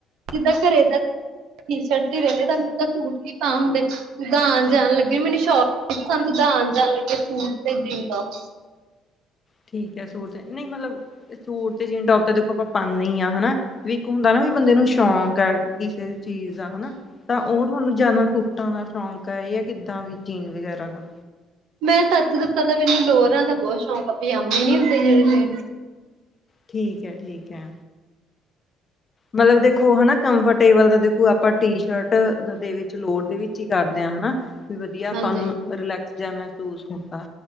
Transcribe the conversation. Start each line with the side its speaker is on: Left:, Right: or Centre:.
Right: ਜਿਦਾ ਸਰੇ ਦਾ- ਟੀ ਸ਼ਰਟ ਚ ਰੋਂਦੇ ਆਂ, ਤੁਹਾਨੂੰ ਪਤਾ ਸੂਟ ਨੀ ਪਾ ਹੁੰਦੇ। ਜਿਦਾ ਆਣ-ਜਾਣ ਲੱਗੇ ਸੋਰਟ ਨੀ ਪਸੰਦ, ਜਿਦਾ ਆਣ ਜਾਣ ਲੱਗੇ ਸੂਟ ਤੇ ਜੀਨ ਟੋਪ।
Left: ਠੀਕ ਏ ਸੂਟ ਤੇ, ਨਈ ਮਤਲਬ ਸੂਟ ਤੇ ਜੀਨ ਟੋਪ ਤਾਂ ਦੇਖੋ ਆਪਾਂ ਪਾਂਨੇ ਈ ਆਂ ਹਨਾ। ਵੀ ਇੱਕ ਹੁੰਦਾ ਨਾ ਵੀ ਬੰਦੇ ਨੂੰ ਸ਼ੌਕ ਐ, ਕਿਸੇ ਚੀਜ਼ ਦਾ ਹਨਾ। ਤਾਂ ਉਹ ਤੁਹਾਨੂੰ ਜਾਦਾ ਸੂਟਾਂ ਦਾ ਸ਼ੌਂਕ ਏ, ਜਾਂ ਕਿੱਦਾਂ ਵੀ ਜੀਨ ਵਗੈਰਾ ਦਾ।
Right: ਮੈਂ ਸੱਚ ਦਸਾ ਤਾਂ ਮੈਨੂੰ ਲੋਰਾਂ ਦਾ ਬੋਤ ਸ਼ੌਂਕ ਆਂ ਪਜਾਮੇ ਨੀ ਹੁੰਦੇ ਜੇੜੇ ਲੇਡੀਸ
Left: ਠੀਕ ਐ, ਠੀਕ ਐ। ਮਤਲਬ ਦੇਖੋ ਹਨਾ ਕੰਫਰਟੇਬਲ ਦਾ ਦੇਖੋ ਆਪਾਂ ਟੀ ਸ਼ਰਟ ਦੇ ਵਿੱਚ ਲੋਯਰ ਦੇ ਵਿੱਚ ਈ ਕਰਦੇ ਆਂ ਹਨਾ। ਵੀ ਵਧੀਆ ਆਪਾਂ
Right: ਹਾਂਜੀ
Left: ਨੂੰ ਰਿਲੈਕਸ ਜਿਹਾ ਮਹਿਸੂਸ ਹੁੰਦੈ।